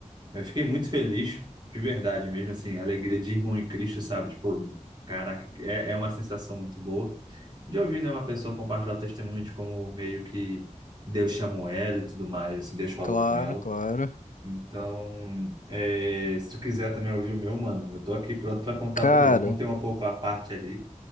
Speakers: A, on the right; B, on the left.
A: eu fiquei muito feliz, de verdade mesmo, assim, alegria de irmão em Cristo, sabe? Tipo, de- caraca, é, é uma sensação muito boa de ouvir, né, uma pessoa compartilhar o testemunho de como meio que Deus chamou ela e tudo mais, assim, Deus falou
B: Claro,
A: com ela.
B: claro.
A: Então, é, se tu quiser também ouvir o meu, mano, eu tô aqui pronto pra contar
B: Cara,
A: pro meu. Eu contei um pouco a parte ali.